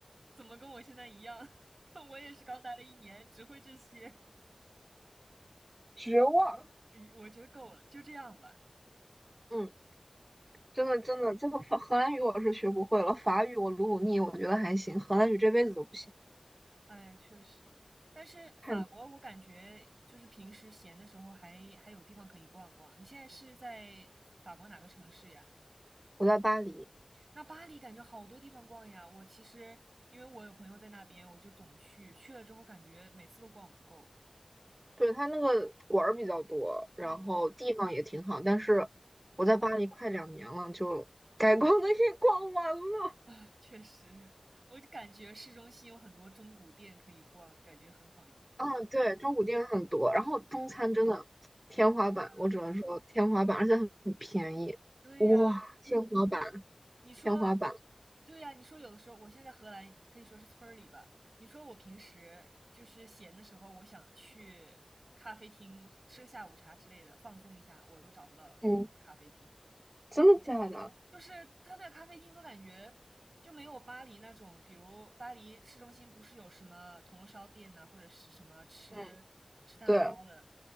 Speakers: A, on the right; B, on the right.
A: 怎么跟我现在一样？<laughs> 我也是刚待了一年，只会这些，
B: 绝望。
A: 诶我觉得够了，就这样吧。
B: 嗯。真的真的，这个法荷兰语我是学不会了，法语我努努力，我觉得还行，荷兰语这辈子都不行。
A: 哎呀，确实，但是法国我感觉就是平时闲的时候还还有地方可以逛逛。
B: 太难
A: 你现在是在法国哪个城市呀？
B: 我在巴黎，
A: 那巴黎感觉好多地方逛呀。我其实因为我有朋友在那边，我就总去，去了之后感觉每次都逛不够。
B: 对，它那个馆儿比较多，然后地方也挺好，
A: 嗯，
B: 但是我在巴黎快两年了，就该逛的也逛完了。
A: 啊，确实，我就感觉市中心有很多中古店可以逛，感觉很好，很
B: 嗯，对，中古店很多，然后中餐真的天花板，
A: 对呀。嗯，
B: 我只能说天花板，而且很很便宜，
A: 对呀，
B: 哇，天花板，
A: 你说，
B: 天花板，
A: 对呀、你说有的时候，我现在荷兰可以说是村儿里吧。你说我平时就是闲的时候，我想去咖啡厅喝吃个下午茶之类的，放松一下，我都找不到好的咖啡厅。
B: 嗯，真的假的？
A: 就是他那个咖啡厅，都感觉就没有巴黎那种，比如巴黎市中心不是有什么铜锣烧店呐、或者是什么吃吃蛋糕的，
B: 嗯，对。